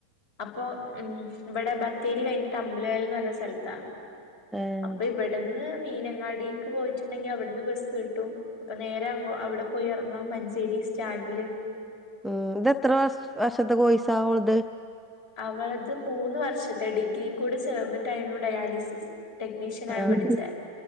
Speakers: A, on the left; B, in the centre.
A: അപ്പൊ ഉം ഇവിടെ ബത്തേരി കഴിഞ്ഞിട്ട് അമ്പലൽന്ന് പറഞ്ഞ സ്ഥലത്താ
B: ഏഹ്
A: അപ്പൊ ഇവിടെന്ന് മീനങ്ങാടിക്ക് പോയിട്ടുണ്ടെങ്കി അവിടുന്ന് ബസ്സ് കിട്ടും അപ്പൊ നേരെ അോ അവിടെ പോയി ഇറങ്ങാം മഞ്ചേരി സ്റ്റാൻഡില്
B: ഉം ഇത്ത്രെ വർഷത്തെ കോഴ്സ് അ ഓലദ്
A: അവളത് മൂന്ന് വർഷത്തെ ഡിഗ്രീും കൂടെ ചേർന്നിട്ടായിരുന്നു ഡയാലിസിസ് ടെക്നീഷ്യൻ ആണ്
B: ആഹ്
A: പഠിച്ചത്